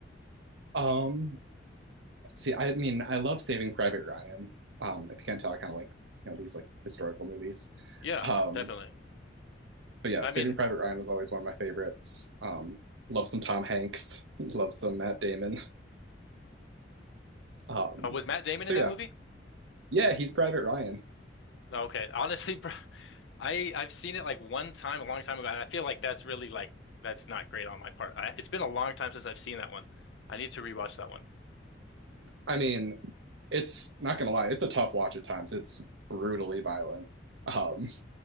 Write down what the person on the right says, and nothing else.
um, let's see. I mean, I love Saving Private Ryan. Um, if you can't tell, I kind of like, you know, these like historical movies.
Um,
but yeah,
Saving
Private Ryan was always one of my favorites. Um, love some Tom Hanks, <laughs> love some Matt Damon. Um,
so
yeah.
Yeah, he's Private Ryan.
I mean, it's not gonna lie, it's a tough watch at times. It's brutally violent. Um,